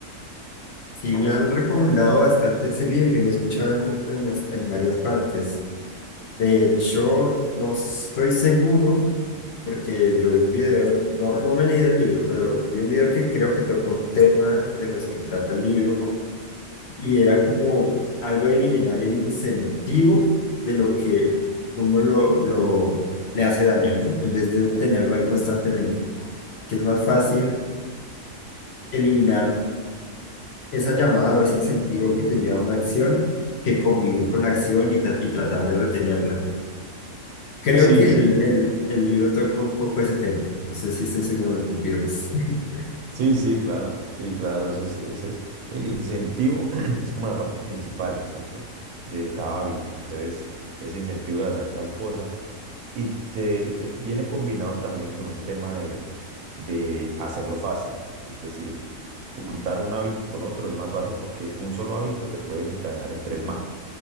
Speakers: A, on the left; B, on the right.
A: Y me han recomendado bastante ese libro y lo he escuchado en, en las- en varias partes. De hecho, no estoy seguro porque yo vi un video, no, no me leí el libro, pero vi un video que creo que toca un tema de los que trata el libro y era como algo de eliminar el incentivo de lo que uno lo, lo le hace daño, ¿no? En vez de tenerlo ahí constantemente, que es más fácil eliminar esa llamada o ese incentivo que te lleva a una acción que convivir con la acción y, tra- y tratar de retenerla. Creo
B: Sí,
A: que
B: sí,
A: el, el, el libro toca un poco ese tema. No sé si estoy seguro, me confirmes. <laughs>
B: sí, sí, claro, sí, claro, eso es, eso es el incentivo, <clears throat> es como la parte principal, ¿cierto? De cada hábito. Entonces, ese incentivo de hacer tal cosa Y te, te- viene combinado también con un tema de, de hacerlo fácil. Es decir, juntar un hábito con otro es más fácil porque un solo hábito te puede desencadenar en tres más.